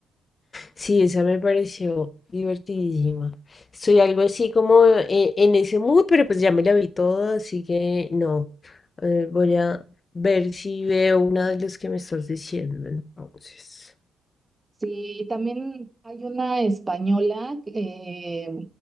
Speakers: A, on the left; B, on the right.
A: Sí, esa me pareció divertidísima. Estoy algo así como eh, en ese mood, pero pues ya me la vi toda, así que no. Eh, voy a ver si veo una de las que me estás diciendo, entonces.
B: Sí, también hay una española, eh,